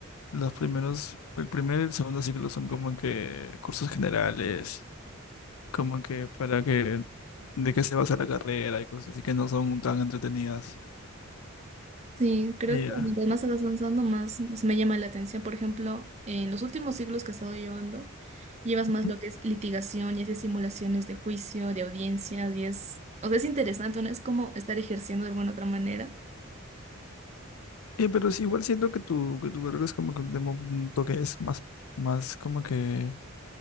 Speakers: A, on the left; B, on the right.
A: Los primeros, el primer y el segundo ciclo son como que cursos generales, como que para que, de qué se basa la carrera y cosas así que no son tan entretenidas.
B: Sí, creo
A: Y,
B: que
A: ya.
B: mientras más vas avanzando, más o sea, me llama la atención. Por ejemplo, en los últimos siglos que he estado llevando, llevas más
A: Ujú.
B: lo que es litigación y haces simulaciones de juicio, de audiencias, y es, o sea, es interesante, ¿no? Es como estar ejerciendo de alguna otra manera,
A: Y, pero sí, igual siento que tu, que tu carrera es como que un tema, un toque es más, más como que,